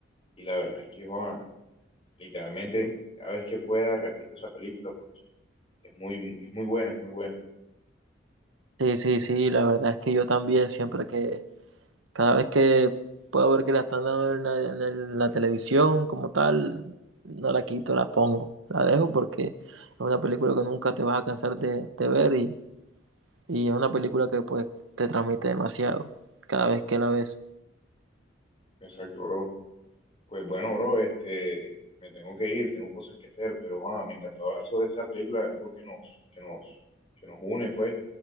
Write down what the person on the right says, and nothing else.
Sí, sí, sí, la verdad es que yo también siempre que Cada vez que puedo ver que la están dando en la, en el- la televisión como tal, no la quito, la pongo. La dejo porque es una película que nunca te vas a cansar de, de ver y, y es una película que pues te transmite demasiado cada vez que la ves.